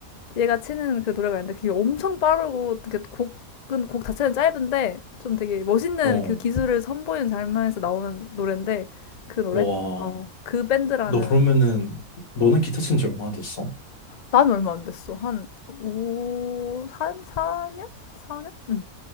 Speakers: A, on the left; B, on the left.
A: 얘가 치는 그 노래가 있는데 그게 엄청 빠르고 되게 곡은, 곡 자체는 짧은데 좀 되게 멋있는
B: 어,
A: 그 기술을 선보이는 장면에서 나오는 노래인데 그 노래?
B: 와.
A: 어, 그 밴드라는
B: 너 그러면은, 너는 기타 친지 얼마나 됐어?
A: 난 얼마 안 됐어. 한 5, 4, 4년? 4년? 응.